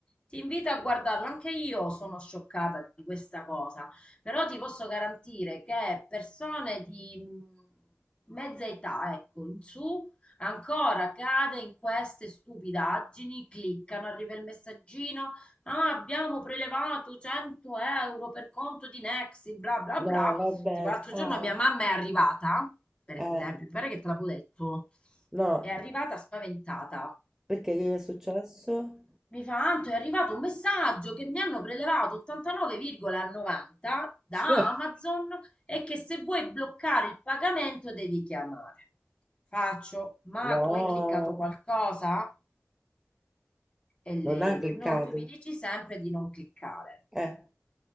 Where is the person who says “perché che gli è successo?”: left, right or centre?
Centre